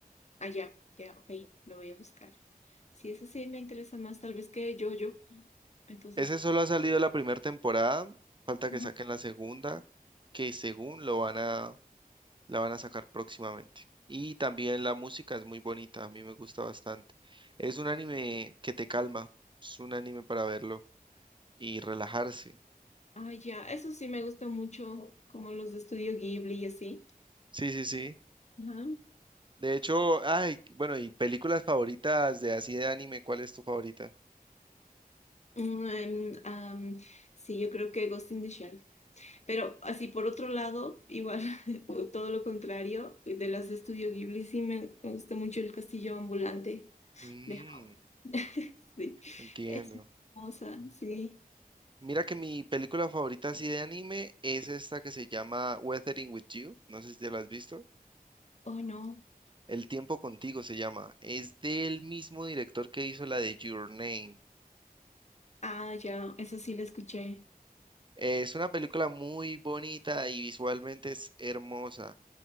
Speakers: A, on the left (about 50°); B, on the right (about 30°).
A: Ah, ya, ya, ok, lo voy a buscar. Sí, eso sí me interesa más, tal vez que yo, yo. Entonces,
B: Ese solo ha salido la primera temporada. Falta que
A: ajá.
B: saquen la segunda, que según lo van a, la van a sacar próximamente. Y también la música es muy bonita, a mí me gusta bastante. Es un anime que te calma, es un anime para verlo y relajarse.
A: Ah, ya, eso sí me gusta mucho, como los de Estudio Ghibli y así.
B: Sí, sí, sí.
A: Ajá.
B: De hecho, ay, bueno, y películas favoritas de así de anime, ¿cuál es tu favorita?
A: Mm, em, am, sí, yo creo que Ghost in the Shell. Pero así por otro lado, igual <laughs> o todo lo contrario, de las de Estudio Ghibli sí me me gusta mucho el castillo ambulante
B: Mm,
A: de Howl. <laughs> Sí,
B: entiendo.
A: es hermosa, sí.
B: Mira que mi película favorita así de anime es esta que se llama Weathering with You. No sé si te la has visto.
A: Oh, no.
B: El tiempo contigo se llama. Es del mismo director que hizo la de Your Name.
A: Ah, ya, esa sí la escuché.
B: Es una película muy bonita y visualmente es hermosa.